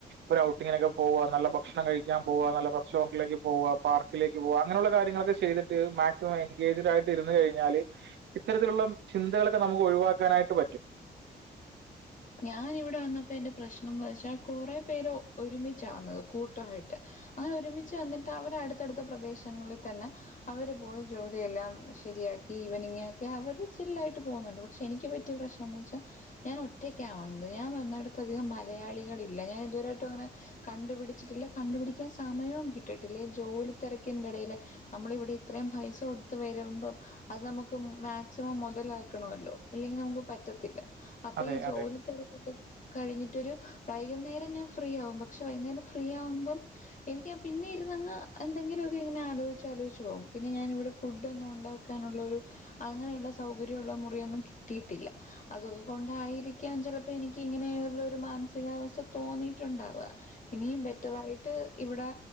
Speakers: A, on the right; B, on the left.
A: ഒരു ഔട്ടിങ്ങിനൊക്കെ പോവ നല്ല ഭക്ഷണം കഴിക്കാൻ പോവ നല്ല റെസ്റ്റോറന്റിലേക്ക് പോവ പാർക്കിലേക്ക് പോവാ അങ്ങനെയുള്ള കാര്യങ്ങളൊക്കെ ചെയ്തിട്ട് മാക് എൻഗേജ്ഡ് ആയിട്ട് ഇരുന്ന് കഴിഞ്ഞാല് ഇത്തരത്തിലുള്ള ചിന്തകളൊക്കെ നമുക്ക് ഒഴിവാക്കാനായിട്ട് പറ്റും
B: ഞാൻ ഇവിടെ വന്നപ്പോ എന്റെ പ്രശ്നം എന്ന് വെച്ചാൽ കൊറെ പേര് ഒരുമിച്ച വന്നത് കൂട്ടവായിട്ട് അങ്ങനെ ഒരുമിച്ച് വന്നിട്ട് അവടെ അടുത്തടുത്ത പ്രദേശങ്ങളിൽ തന്നെ അവര് പോയി ജോലിയെല്ലാം ശരിയാക്കി ഈവനിങ്ങ്ക്കെ അവര് ചില്ലായിട്ട് പോകുന്നുണ്ട് പക്ഷെ എനിക്ക് പറ്റിയ പ്രശ് ന്താന്ന് വച്ചാ ഞാൻ ഒറ്റയ്ക്ക വന്നത് ഞാൻ വന്നിടത്ത് അധികം മലയാളികളില്ല ഞൻ ഇതുവരായിട്ടും അങ്ങനെ കണ്ടുപിടിച്ചിട്ടില്ല കണ്ടുപിടിക്കാൻ സമയവും കിട്ടിട്ടില്ല ഈ ജോലി തെരക്കിന്റെ എടയില് നമ്മള് ഇവിടെ ഇത്രയും പൈസ കൊടുത്ത് വരുമ്പം അത് നമക്ക് മാക്സിമം മെതലാക്കണല്ലോ അല്ലെങ്കിൽ നമക്ക് പറ്റത്തില്ല ഇപ്പ
A: അതെ
B: ഈ ജോലി
A: അതെ
B: തിരക്കൊക്കെ കഴിഞ്ഞിട്ടൊരു വൈകുന്നേരം ഞാൻ ഫ്രീ ആവും പക്ഷെ വൈകുന്നേരം ഫ്രീ ആവുമ്പം എനിക്ക് പിന്നെ ഇരുന്നങ്ങ് എന്തെങ്കിലെക്കെ ഇങ്ങനാലോച്ചിച്ച് ആലോച്ച് പോവും പിന്നെ ഞാനിവിടെ ഫുഡ്ന്നും ഉണ്ടാ ണ്ടാക്കാനുള്ളരു അങ്ങനെ ള്ള സൗകര്യമുള്ള മുറിയെന്നും കിട്ടിട്ടില്ല അതൊക്കെ കൊ ണ്ടായിരിക്കാം ചെലപ്പോ എനിക്ക് ഇങ്ങനെയുള്ള ഒരു മാനസികാവസ്ഥ തോന്നിട്ടുണ്ടാവ്ക ഇനിയും ബെറ്ററായിട്ട് ഇവടെ